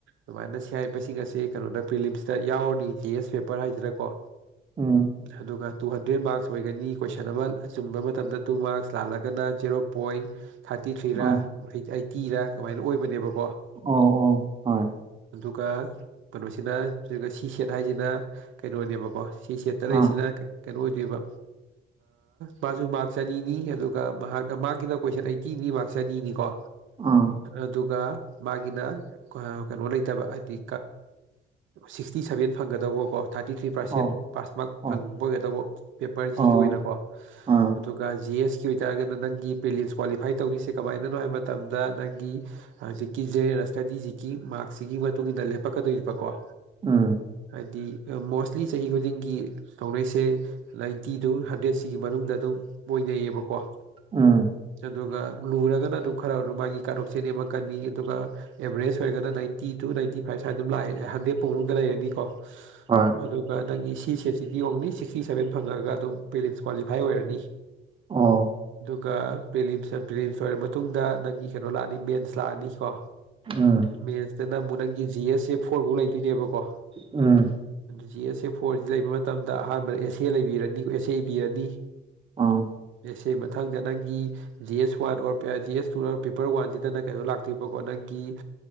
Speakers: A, on the right; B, on the right.
A: ꯁꯃꯥꯏꯅ ꯁꯤ ꯍꯥꯏꯔꯤꯕꯁꯤꯡ ꯑꯁꯤ ꯀꯩꯅꯣꯗ ꯄ꯭ꯔꯤꯂꯤꯝꯁ ꯁꯤ ꯌꯥꯎꯔꯅꯤ ꯖꯤ ꯑꯦꯁ ꯄꯦꯄꯔ ꯍꯥꯏꯁꯤꯔꯀꯣ
B: ꯎꯝ
A: ꯑꯗꯨꯒ ꯇꯨ ꯍꯟꯗ꯭ꯔꯦꯗ ꯃꯥꯔꯛꯁ ꯑꯣꯏꯒꯅꯤ ꯀꯣꯏꯁꯟ ꯑꯃ ꯑꯆꯨꯝꯕ ꯃꯇꯝꯗ ꯇꯨ ꯃꯥꯔꯛꯁ ꯂꯥꯜꯂꯒꯅ ꯖꯦꯔꯣ ꯄꯣꯏꯟ ꯊꯥꯔꯇꯤ ꯊ꯭ꯔꯤꯔ
B: ꯑꯥ
A: ꯑꯩꯠꯇꯤꯔꯥ ꯀꯃꯥꯏꯅ ꯑꯣꯏꯕꯅꯦꯕ
B: ꯑꯣ ꯑꯣ ꯍꯣꯏ
A: ꯑꯗꯨꯒ ꯀꯩꯅꯣꯁꯤꯅ ꯁꯤ ꯁꯦꯠ ꯍꯥꯏꯁꯤꯅ ꯀꯩꯅꯣꯅꯦꯕꯀꯣ ꯁꯤꯁꯤꯦꯠꯇꯂ
B: ꯑꯥ
A: ꯁꯤꯗꯦ ꯀꯩꯅꯣ ꯑꯣꯏꯗꯣꯏꯕ ꯃꯥꯁꯨ ꯃꯥꯔꯛꯁ ꯆꯅꯤꯅꯤ ꯑꯗꯨꯒ ꯃꯍꯥꯛ ꯃꯥꯒꯤꯅ ꯀꯣꯏꯁꯟ ꯑꯩ ꯀꯤꯅꯤꯕꯥꯛ ꯆꯅꯤꯅꯤꯀꯣ
B: ꯑꯥ
A: ꯑꯗꯨꯒ ꯃꯥꯒꯤꯅ ꯀꯩꯅꯣ ꯂꯩꯇꯕ ꯍꯥꯏꯗꯤ ꯁꯤꯛꯁꯇꯤ ꯁꯚꯦꯟ ꯐꯪꯒꯗꯧꯕꯀꯣ ꯊꯥꯔꯇꯤ ꯊ꯭ꯔꯤ ꯄꯥꯔꯁꯦꯟ
B: ꯑꯣ
A: ꯄꯥꯁ ꯃꯥꯔꯛ
B: ꯑꯣ
A: ꯐꯪꯕ ꯑꯣꯏꯒꯗꯧꯕ ꯄꯦꯄꯔ
B: ꯑꯣ
A: ꯖꯤꯒꯤ ꯑꯣꯏꯅꯀꯣ
B: ꯑꯥ
A: ꯑꯗꯨꯒ ꯖꯤ ꯑꯦꯁ ꯣꯏꯔꯒꯦ ꯅꯪꯒꯤ ꯄꯤꯂꯤ ꯁ ꯀꯣꯂꯤ ꯐꯥꯏ ꯇꯧꯅꯤꯁꯦ ꯀꯃꯥꯏꯅꯅꯣ ꯍꯥꯏ ꯃꯇꯝꯗ ꯅꯪꯒꯤ ꯍꯧꯖꯤꯛꯀꯤ ꯖꯦꯅꯔꯦꯜ ꯁ꯭ꯇꯗꯤꯖꯤꯀꯤ ꯃꯥꯔꯛ ꯁꯤꯒꯤ ꯃꯇꯨꯡ ꯏꯟꯅ ꯂꯦꯞꯄꯛꯀꯗꯣꯏꯔꯤꯕꯀꯣ
B: ꯎꯝ
A: ꯍꯥꯏꯗꯤ ꯃꯣꯁꯂꯤ ꯆꯍꯤ ꯈꯨꯗꯤꯡꯒꯤ ꯂꯧꯅꯩꯁꯦ ꯅꯥꯏꯟꯇꯤ ꯇꯨ ꯍꯟꯗ꯭ꯔꯦꯠꯁꯤꯒꯤ ꯃꯅꯨꯡꯗ ꯑꯗꯨꯝ ꯃꯣꯏ ꯂꯩꯩꯌꯦꯕꯀꯣ
B: ꯎꯝ
A: ꯑꯗꯨꯒ ꯂꯨꯔꯒꯅ ꯑꯗꯨꯝ ꯈꯔ ꯑꯗꯨꯝ ꯃꯥꯒꯤ ꯀꯥꯡꯂꯨꯞꯥꯔꯁꯦ ꯅꯦꯝꯃꯛꯀꯅꯤ ꯑꯗꯨꯒ ꯑꯦꯕꯔꯦꯁ ꯑꯣꯏꯔꯒꯅ ꯅꯥꯏꯟꯇꯤ ꯇꯨ ꯅꯥꯏꯟꯇꯤ ꯐꯥꯏꯚ ꯁ ꯑꯗꯨꯝ ꯂꯥꯛꯑꯦ ꯍꯪꯗꯦꯄ ꯃꯅꯨꯡꯗ ꯂꯩꯔꯅꯤꯀꯣ
B: ꯍꯣꯏ
A: ꯑꯗꯨꯒ ꯅꯪꯒꯤ ꯐꯤ ꯁꯦꯠꯁꯤꯗꯤ ꯑꯣꯡꯂꯤ ꯁꯤꯛꯁꯇꯤ ꯁꯚꯦꯟ ꯐꯪꯉꯒ ꯑꯗꯨꯝ ꯄꯦꯂꯤꯦꯟꯁ ꯀ꯭ꯋꯥꯂꯤꯐꯥꯏ ꯑꯣꯏꯔꯅꯤ
B: ꯑꯣ
A: ꯑꯗꯨꯒ ꯄꯤꯂꯤꯝꯁ ꯄꯤꯂꯤꯝꯁ ꯑꯣꯏꯔꯕ ꯃꯇꯨꯡꯗ ꯅꯪꯒꯤ ꯀꯩꯅꯣ ꯂꯥꯛꯑꯅꯤ ꯃꯦꯟꯁ ꯂꯥꯛꯑꯅꯤꯀꯣ
B: ꯎꯝ
A: ꯃꯦꯟꯁꯇꯅꯪꯕꯨꯨꯛ ꯅꯪꯒꯤ ꯖꯤ ꯑꯦꯁ ꯑꯦ ꯐꯣꯔ ꯐꯥꯎ ꯂꯩꯇꯣꯏꯅꯦꯕꯀꯣ
B: ꯎꯝ
A: ꯖꯤ ꯑꯦꯁ ꯐꯣꯔꯁꯤ ꯂꯩꯕ ꯃꯇꯝꯗ ꯑꯍꯥꯟꯕꯗ ꯑꯦꯁ ꯑꯦ ꯂꯩꯕꯤꯔꯅꯤ ꯑꯦꯁ ꯑꯦ ꯏꯕꯤꯔꯅꯤ
B: ꯑꯥ
A: ꯑꯦ ꯁꯤ ꯃꯊꯪꯗ ꯅꯪꯒꯤ G S one or G S two paper ꯋꯥꯟꯁꯤꯗꯅ ꯀꯩꯅꯣ ꯂꯥꯛꯇꯣꯏꯕꯀꯣ ꯅꯪꯒꯤ ꯒꯤ